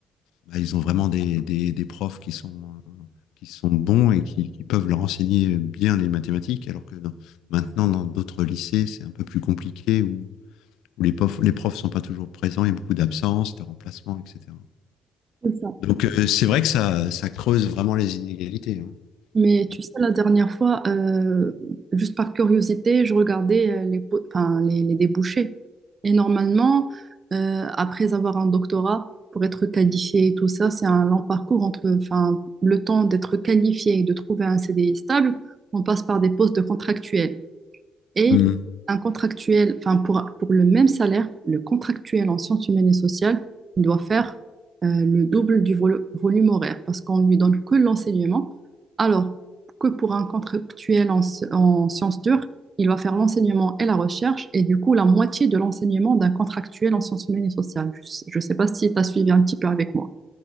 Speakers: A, on the left (about 70°); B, on the right (about 40°).
A: bah, ils ont vraiment des, des, des profs qui sont, euh, qui sont bons et qui, qui peuvent leur enseigner bien les mathématiques, alors que dans- maintenant, dans d'autres lycées, c'est un peu plus compliqué. Où, où les profs, les profs sont pas toujours présents, il y a beaucoup d'absences, de remplacements, etc.
B: C'est ça.
A: Donc euh, c'est vrai que ça, ça creuse vraiment les inégalités. hein.
B: Mais tu
A: Et-
B: sais, la dernière fois, euh, juste par curiosité, je regardais euh, les, po- enfin, les, les débouchés. Et normalement, euh, après avoir un doctorat, pour être qualifié et tout ça, c'est un long parcours entre, enfin, le temps d'être qualifié et de trouver un CDI stable, on passe par des postes de contractuels. Et
A: Hmm.
B: un contractuel, enfin pour, pour le même salaire, le contractuel en sciences humaines et sociales, il doit faire euh, le double du vol- volume horaire parce qu'on lui donne que l'enseignement, alors que pour un contractuel en, en sciences dures, il va faire l'enseignement et la recherche et du coup la moitié de l'enseignement d'un contractuel en sciences humaines et sociales. Je ne sais pas si tu as suivi un petit peu avec moi.